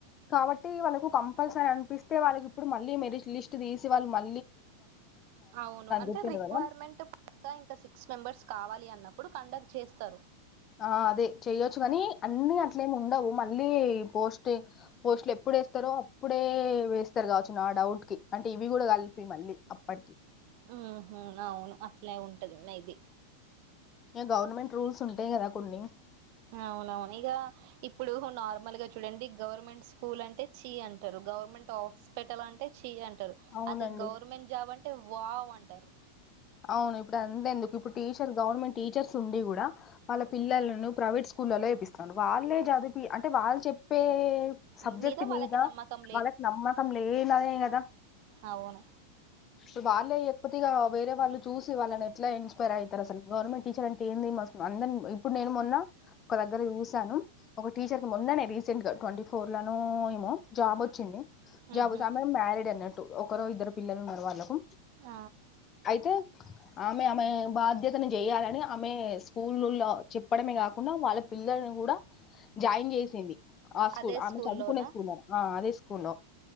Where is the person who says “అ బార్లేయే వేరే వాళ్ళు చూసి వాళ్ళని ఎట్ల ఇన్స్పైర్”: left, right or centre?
Left